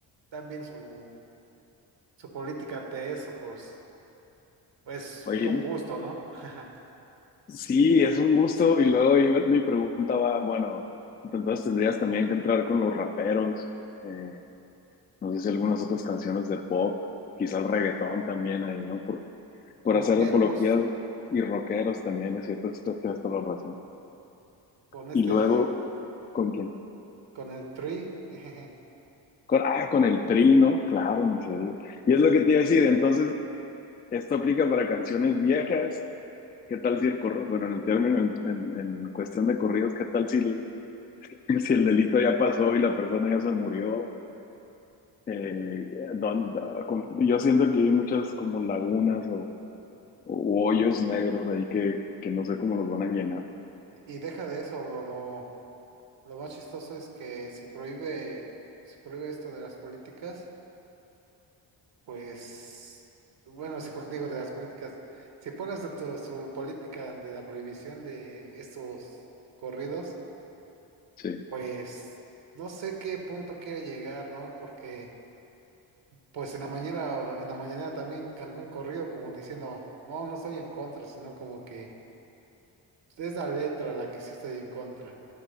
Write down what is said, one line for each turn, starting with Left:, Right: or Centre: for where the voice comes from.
Right: tan bien su, su política ante eso, pues. Pues
Left: Oye,
Right: un gusto, ¿no? <laughs>
Left: sí, es un gusto. Y luego ahí me- mi pregunta va, bueno, entonces tendrías también que entrar con los raperos, eh, no sé si algunas otras canciones de pop, quizá el reggaetón también ahí, ¿no? Por, por
Right: Rockeros
Left: hacer apología y rockeros también, es cierto, esto tienes toda la razón.
Right: con este,
Left: Y luego, ¿con quién?
Right: con el Tree. <laughs>
Left: Con, ah, con el Tri, ¿no? Claro, no se diga. Y es lo que te iba a decir, entonces, esto aplica para canciones viejas ¿Qué tal si el corro, bueno, en el término, en, en- en cuestión de corridos, qué tal si el, si el delito ya pasó y la persona ya se murió? Eh, don- da- com- yo siento que hay muchas como lagunas o, o hoyos negros ahí que, que no sé cómo los van a llenar.
Right: Y deja de eso, bro. Lo, lo más chistoso es que si prohíbe, si prohíbe esto de las políticas, pues, bueno, si por digo de las políticas, si pones tu, tu- su política ante la prohibición de estos corridos,
Left: Sí.
Right: pues no sé qué punto quiere llegar, ¿no? Porque Pues en la mañana, en la mañana también cantó un corrido como diciendo, no, no estoy en contra, sino como que es la letra la que sí estoy en contra.